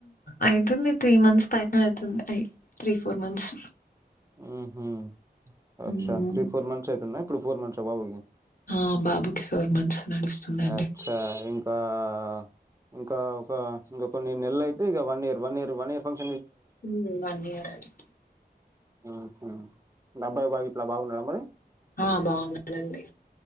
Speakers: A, on the left; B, on the right.
A: అయితుంది త్రీ మంత్స్ పైనే అయితుంది అయి త్రీ ఫోర్ మంత్స్
B: ఉహ్మ్ అచ్చా
A: హ్మ్.
B: త్రీ ఫోర్ మంత్స్ అయితుంద ఇప్పుడు ఫోర్ మంత్స్ అ బాబుకి
A: ఆ బాబుకి ఫోర్ మంత్స్ నడుస్తుందండి
B: అచ్చ ఇంకా అ ఇంకా ఒక ఇంకా కొన్నినెల అయితే ఇగ one year one year one year ఫంక్ష
A: ఉమ్ వన్ ఇయర్ ఆడి
B: ఆహా డబ్బాయి బాగిట్లా బాగున్నాడా మరి
A: హా బాగున్నాడండి